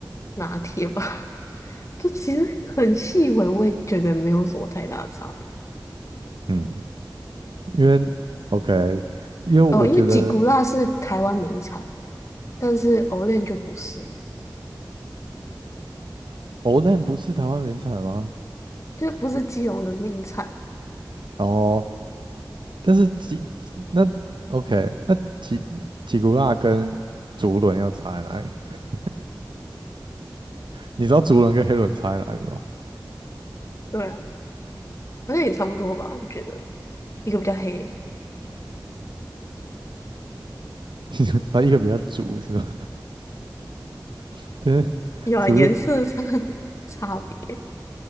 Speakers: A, on the left (about 40°); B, on the right (about 85°).
A: 拿铁吧，<laughs> 就其实很细微，我也觉得没有什么太大的差别。
B: 嗯，因为 OK，因为我觉得
A: 哦，因为吉古拉是台湾名产，但是 o l e 就不是。
B: o l n 不是台湾名产吗？
A: 就是不是基隆的名产，
B: 哦，但是吉那 OK，那吉吉古拉跟竹轮要差在哪里？<laughs> 你知道竹轮跟黑轮差在哪里吗？
A: 对啊好像也差不多吧，我觉得一个比较黑，
B: <laughs> 然后一个比较足是吗？<laughs> 不是足
A: 有啊，颜色上的 <laughs> 差别，